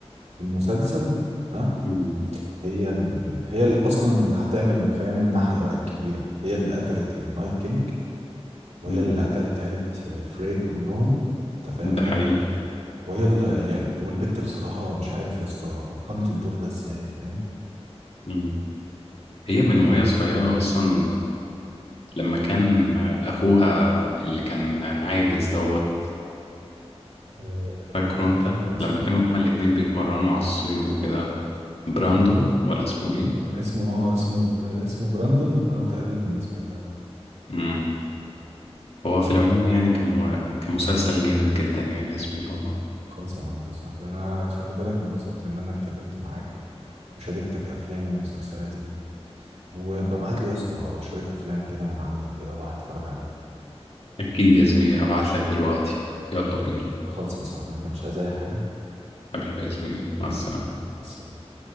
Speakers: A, on the right; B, on the left.
A: في المسلسل ها
B: مم.
A: هي ال... هي ال... اصلا اللي هتعمل فاهم النحله بقى الكبيره هي اللي قتلت النايت كينج وهي
B: مم.
A: اللي قتلت عيله فري كلهم انت فاهم
B: ده
A: هي
B: حقيقي
A: اللي... وهي اللي يعني والبت بصراحه مش عارف يا اسطى اتقنت الدور ده ازاي فاهم
B: مم. هي من وهي صغيرة أصلا ولما كان أخوها اللي كان عاجز دوت
A: آه،
B: فاكره
A: آه،
B: أنت
A: كان اسمه
B: لما كانوا هما الاتنين بيتمرنوا على الصيد وكده براندون ولا اسمه إيه؟
A: اسمه اه اسمه آه، اسمه براندون اه تقريبا اسمه براندون
B: مم. هو في العموم يعني كان مو- كان مسلسل جامد جدا يعني يا زميلي والله
A: خلصة معاك يا صاحبي انا خلي بالك انبسطت ان انا اتكلمت معاك وشاركتك افلام ومسلسلاتي وببعت لي يا اسطى شوية افلام كده من عندك كده الواحد اتفرج عليها
B: أكيد يا زميلي هبعتلك دلوقتي يلا بينا
A: خلص يا صاحبي انت مش عايز اي حاجة
B: حبيبي يا زميلي مع
A: حبيبي
B: السلامة
A: مع السلامة